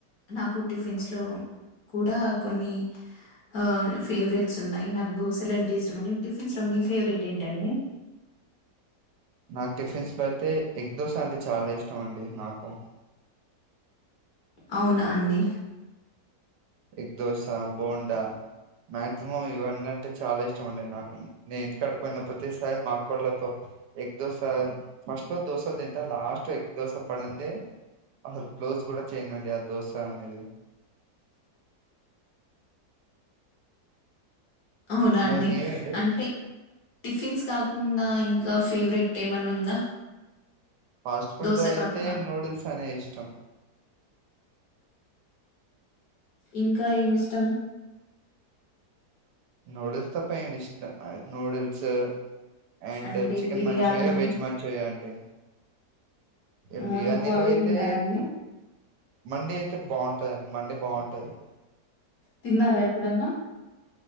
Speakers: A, on the left (about 60°); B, on the right (about 80°).
A: నాకు టిఫిన్స్లో కూడా కొన్ని ఆ ఫేవరెట్స్ ఉన్నాయి. నాక్ దోశలంటే ఇష్టం అండి టిఫిన్స్లో మీ ఫేవరెట్ ఏంటండి
B: నాక్ టిఫిన్స్లో అయితే ఎగ్ దోశ అంటే చాలా ఇష్ టమం డి నాకు
A: అవునా అండి.
B: ఎగ్ దోష బోండా మాక్సిమం ఇవన్నీ అంటే చాలా ఇష్టం అండి నాకు నే ఇంటికాడ పోయిన ప్రతిసారి మా అక్కోళ్ళతో ఎగ్ దోశ ఫస్ట్లో దోసల్ తింటా లాస్ట్ ఎ దోస పడందే అసలు క్లోజ్ కూడా చేయనండి ఆ దోశ అనేది
A: అవునా అండి
B: మరి మీరండి
A: అంతే టిఫిన్స్ కాకుండా ఇంకా ఫేవరెట్ ఏమన్నా ఉందా
B: ఫాస్ట్ ఫుడ్
A: దోస
B: అయితే
A: కాకుండా.
B: నూడిల్స్ అనే ఇష్టం
A: ఇంకా ఏమి ఇష్టం
B: నూడిల్స్ తప్ పైడు ఇష్ట ఆ నూడిల్స్ అండ్
A: అంటే
B: chicken
A: biryani
B: Manchuria veg Manchuria ఏ ఏ
A: హ్మ్
B: బిర్యానీలో
A: ఎక్కువ అవే
B: అయితే
A: తింటారా అండి?
B: మండి అయితే బాగుంట మండి బాగుంటది
A: తిన్నారా ఎప్పుడన్నా